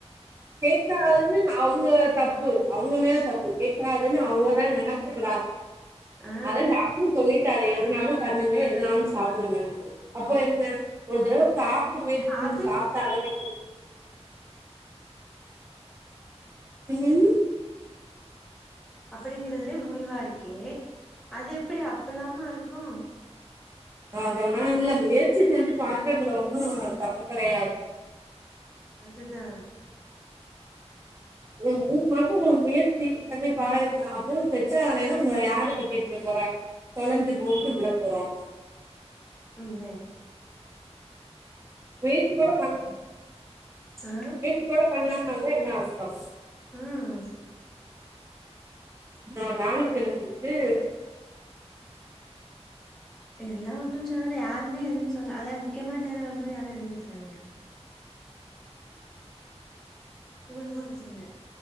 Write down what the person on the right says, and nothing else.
கேக்காதுனுன் அவுக தப்பு அவுங்க மேல தப்பு கேட்காதுன்னு அவுங்கதா நெனச்சுக்றா
அதா டாக்ட்ரு சொல்லி க்காரு எதுனாலு பண்ணுங்க எதுனாலு சாப்டுங்கனு அப்ரோ என்ன ஒரு தடவ சாப் ட்டு முயற்சி செஞ்சு
பாத்தால நம்மளு ம்
அதல்லா இல்ல முயற்சி செஞ்சு பாக்ளதுல ஒன்னூ தப்பு கெடையாத்
ஓ மூணு மாசோ ஓ முயற்சி பண்ணி பாருங்க அப்பவூ செட்டாகுலன்னா உங்கள யாருப்ப கேக்க போறா தொலஞ்சு போகட்டூ விட போறோ
முயற்சியோட பண்
முயற்சி கூட பண்ணாமருந்தா என்ன அர் ஸ்டஃப்
நா வானத்துல <unintelligible>